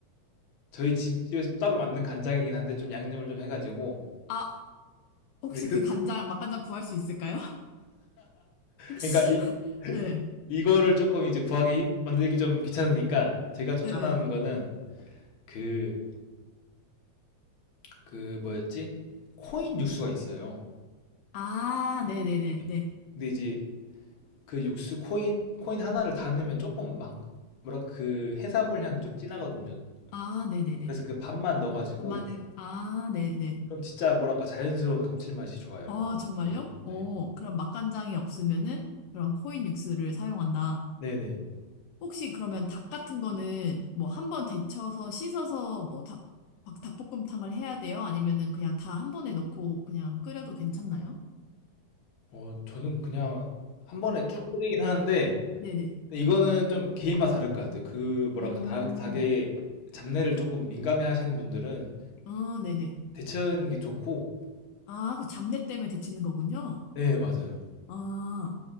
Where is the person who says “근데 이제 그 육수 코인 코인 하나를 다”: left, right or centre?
Left